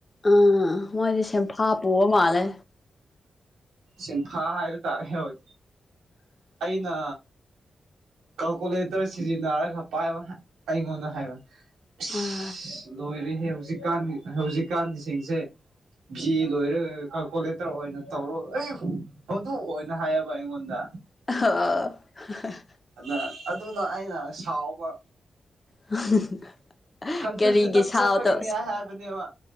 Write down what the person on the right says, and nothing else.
ꯁꯦꯟꯐꯥ ꯍꯥꯏꯕ ꯇꯥꯔꯦ ꯍꯣꯢ꯫ ꯑꯩꯅ ꯀꯥꯜꯀꯨꯂꯦꯇꯔ ꯁꯤꯖꯤꯟꯅꯔꯒ ꯄꯥꯏꯕ ꯑꯩꯉꯣꯟꯗ ꯍꯥꯏꯕ ꯏꯁ
ꯂꯣꯏꯔꯦ ꯍꯦ ꯍꯨꯖꯤꯛꯀꯥꯟ ꯍꯧꯖꯤꯛꯀꯥꯟꯁꯤꯡꯁꯦ ꯚꯤ ꯂꯣꯏꯔꯒ ꯀꯥꯜꯀꯨꯂꯦꯇꯔ ꯑꯣꯏꯅ ꯇꯧꯔꯣ <unintelligible> ꯑꯗꯨ ꯑꯣꯏꯅ ꯍꯥꯏꯌꯦꯕ ꯑꯩꯉꯣꯟꯗ꯫
ꯑꯅ ꯑꯗꯨ ꯑꯗꯨꯅ ꯑꯩꯅ ꯁꯥꯎꯕ꯫
ꯀꯟꯐ꯭ꯌꯨꯁ
ꯈꯤꯇꯪ
ꯆꯠꯄꯒꯤꯅꯤ ꯍꯥꯏꯕꯅꯦꯕ